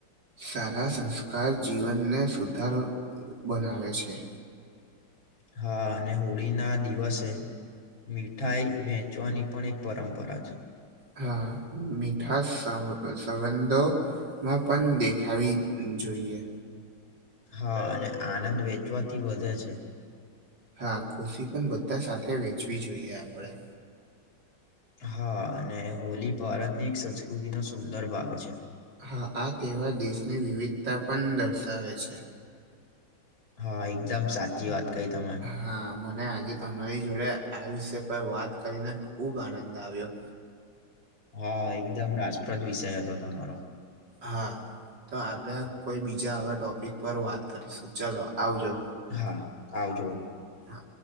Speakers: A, on the right; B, on the left.
A: સારા સંસ્કાર જીવનને સુધાર બનાવે છે.
B: હા, અને હોળી ના દિવસે મીઠાઈ વેચવાની પણ પરંપરા છે.
A: હા, મીઠા સા સંબંધો માં પણ દેખાવી જોઈએ.
B: હા અને આનંદ વેચવાથી વધે છે.
A: હા, ખુશી પણ બધા સાથે વેચવી જોઈએ આપણેે.
B: હા, અને હોલી ભારતની એક સંસ્કૃતિ નો સુંદર ભાગ છે.
A: હા, આ તહેવાર દેશની વિવિધતા પણ દર્શાવે છે.
B: હા, એકદમ સાચી વાત કઈ તમે.
A: હા, મને આજે તમારી જોડે આ વિષય પર વાત કરીને ખુબ આનંદ આવ્યો.
B: હા, એકદમ રસપ્રદ વિષય હતો તમારો.
A: હા, તો આપણે કોઈ બીજા આવા ટોપિક પર વાત કરીશું ચાલો આવજો.
B: હા, આવજો.
A: હા.